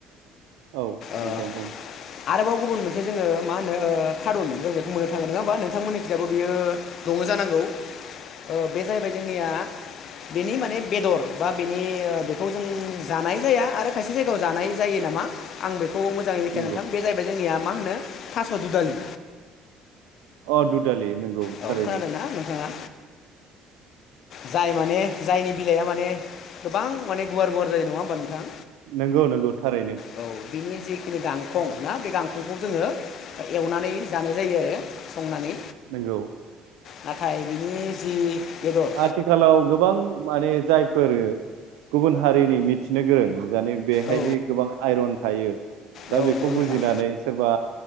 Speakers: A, on the right; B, on the left.
A: औ
B: ओ
A: नोंथां बुं
B: आरोबाव गुबुन मोनसे जोङो मा होनो ओ थारुन जों बेखौ मोननो थाङो नोङा होमबा नोंथांमोननि थिंजाबो बियो दङ जानांगौ ओ बे जाहैबाय जोंनिया बेनि माने बेदर बा बिनि ओ बेखौ जों जानाय जाया आरो खायसे जायगायाव जानाय जायो नामा? आं बेखौ मोजाङै मिथिाय
A: नंगौ
B: नोंथां बे जाहैबाय जोंनिया मा होनो थास' दुदालि
A: अ दुदालि नंगौ
B: औ
A: थारैनो
B: खोनादों ना नोंथाङा? जाय माने जायनि बिलाइआ माने गोबां माने गुवार गुवार जायो नङा होमबा नोंथां
A: नंगौ नंगौ थारैनो
B: औ बिनि जिखिनि गांखं ना बे गांखंखौ जोङो एवनानै जानाय जायो आरो संनानै
A: नंगौ
B: नाथाय बिनि जि बेदर
A: थिखालाव गोबां माने जायफोर गुबुन हारिनि मिथिनो गोरों दानि बेहायदि
B: औ
A: गोबां आइरन थायो। दा
B: औ
A: बेखौ
B: नंगौ
A: बुजिनानै
B: नोंथां
A: सोरबा